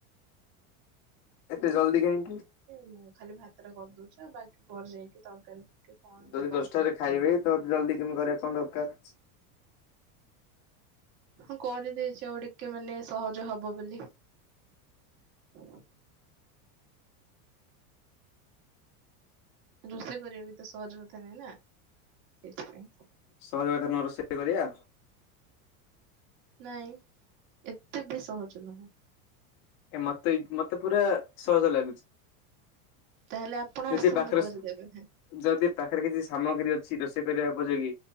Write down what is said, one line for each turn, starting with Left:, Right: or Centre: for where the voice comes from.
Left: ଏତେ ଜଲ୍ଦି କାହିଁକି?
Right: ମୁଁ ଖାଲି ଭାତଟା କରିଦଉଛି ଆଉ ବାକି ଘ ଯାଇକି? ତରକାରୀ କି କଣ ହେଲେ
Left: ଯଦି
Right: କରିଦିଏ।
Left: ଦଶଟାରେ ଖାଇବେ ତ ଜଲଦି କେମତି କରିବା କଣ ଦରକାର?
Right: ହଁ କରିଦେଇଛି ଆଉ ଟିକେ ମାନେ ସହଜ ହବ ବୋଲି। ହ <inaudible> ରୋଷେଇ କରିବା ବି ତ ସହଜ କଥା ନାଇଁ ନା? ସେଇଥିପାଇଁ।
Left: ସହଜ କଥା ନୁହଁ ରୋଷେଇ କରିବା
Right: ନାଇଁ ଏତେ ବି ସହଜ ନୁହଁ।
Left: ଏ ମତେ ମତେ ପୁରା ସହଜ ଲାଗୁଛି।
Right: ତାହେଲେ ଆପଣ
Left: ଯଦି
Right: ଆସନ୍ତୁ
Left: ପାଖରେ
Right: କରିଦେବେ
Left: ଯଦି ପାଖରେ କିଛି ସାମଗ୍ରୀ ଅଛି ରୋ ଷେଇ କରିବା ଉପଯୋଗୀ